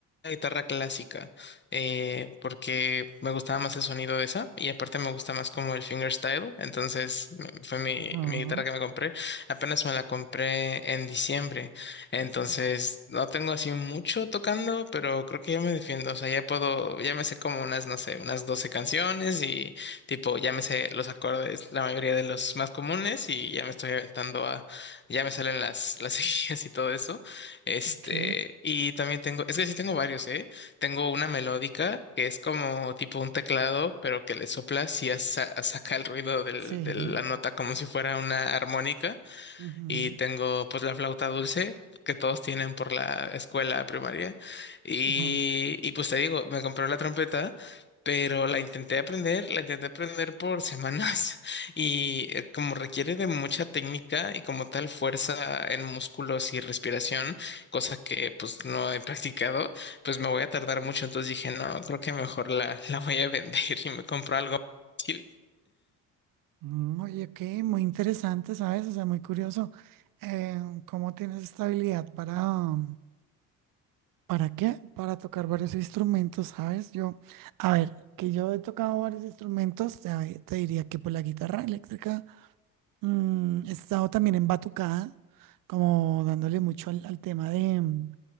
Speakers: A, on the left; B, on the right.
A: guitarra clásica, eh, porque me gustaba más el sonido de esa y aparte me gusta más como el fingerstyle, entonces me- fue mi,
B: ah
A: mi guitarra que me compré. Apenas me la compré en diciembre, entonces no tengo así mucho tocando, pero creo que ya me defiendo, o sea, ya puedo, ya me sé como unas, no sé, unas 12 canciones y tipo, ya me sé los acordes, la mayoría de los más comunes y ya me estoy aventando a, ya me salen las, las <laughs> seguidas y todo eso. Este,
B: Ok,
A: y también tengo, es que sí tengo varios, ¿eh? Tengo una melódica que es como tipo un teclado, pero que le soplas y ya sa- saca el ruido del-
B: sí.
A: de la nota como si fuera una armónica
B: ujú.
A: y tengo pues la flauta dulce que todos tienen por la escuela primaria y,
B: ajá.
A: y pues te digo, me compré la trompeta, pero la intenté aprender, la intenté aprender por semanas <laughs> y eh, como requiere de mucha técnica y como tal fuerza en músculos y respiración, cosa que pues no he practicado, pues me voy a tardar mucho, entonces dije, no, creo que mejor la, <laughs> la voy a vender <laughs> y me compro algo. más útil".
B: Mm, Oye, qué muy interesante, ¿sabes? O sea, muy curioso. eh, ¿cómo tienes esta habilidad para, para qué? Para tocar varios instrumentos, ¿sabes? Yo, a ver, que yo he tocado varios instrumentos, te, te diría que por la guitarra eléctrica, Mm, he estado también en batucada, como dándole mucho al, al tema de, mm,